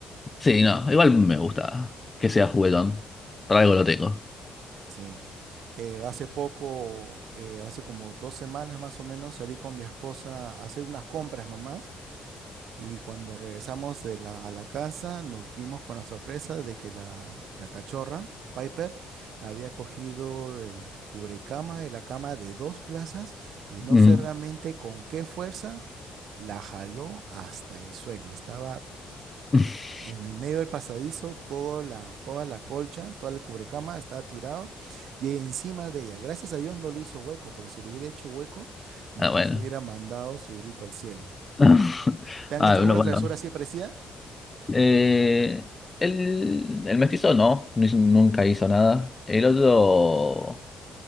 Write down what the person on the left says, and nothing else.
Sí, no, igual me gusta que sea juguetón. Para algo lo tengo.
Mm.
<laughs>
Ah,
bueno.
<laughs>
Ah,
bueno,
bueno.
Eh, el, el mestizo no, no hizo- nunca hizo nada. El otro,